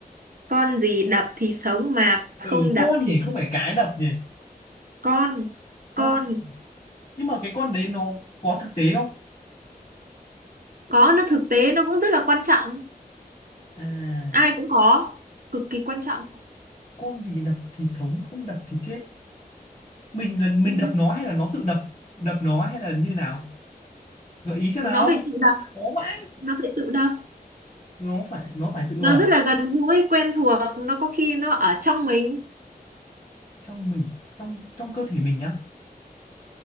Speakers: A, on the right; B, on the left.
A: con gì đập thì sống mà không
B: ừ
A: đập
B: con
A: thì
B: nhỉ
A: chết
B: không phải cái đập nhỉ
A: con
B: con
A: con
B: nhưng mà cái con đấy nó có thực tế không
A: có nó thực tế nó cũng rất là quan trọng
B: à
A: ai cũng có cực kỳ quan trọng
B: con gì đập thì sống không đập thì chết mình là mình
A: ừ.
B: đập nó hay là nó tự đập đập nó hay là như nào gợi ý xem
A: nó
B: nào
A: phải tự đập
B: khó vãi
A: nó phải tự đập
B: nó phải nó phải tự
A: nó
B: vào
A: rất là gần gũi quen thuộc nó có khi nó ở trong mình
B: trong mình trong trong cơ thể mình nhá